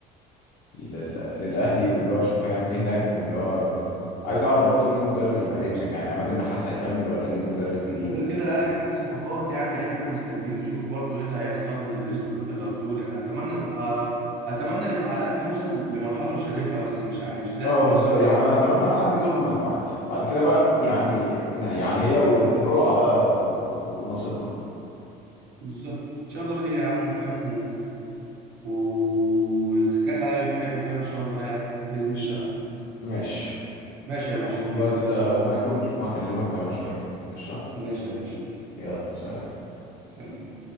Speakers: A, on the left (about 60°); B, on the right (about 70°).
A: لل- للاهلي واللي هو اشوف هيعمل ايه هناك واللي هو عايز اعرف برضو مين المدرب اللي هيمسك يعني عماد النحاس هيكمل ولا اجيب مدرب جديد
B: وغير كده الاهلي محتاج صفقات يعني ادينا مستنيين نشوف برضو ايه اللي هيحصل ايه الصفقات اللي هتدور يعني اتمنى تبقى اتمنى نبقى على الاقل نوصل لمرحله مشرفه بس مش ع... مش لازم
A: اه بالظبط
B: نوصل
A: يعني انا اتمنى ان اعدي دور المجموعات بعد كده بقى يعني يعني هي والقرعه بقى و- ونصيبنا
B: بالظبط ان شاء الله خير يا عم فاهم والكاس العالم يبقى حلو كده ان شاء الله يعني باذن
A: قشطة
B: الله
A: ماشي
B: ماشي يا باشا
A: روح بقى
B: يلا
A: كده وما اكل وهكلمك كمان شويه قشطة
B: ماشي يا باشا
A: يلا سلام
B: سلام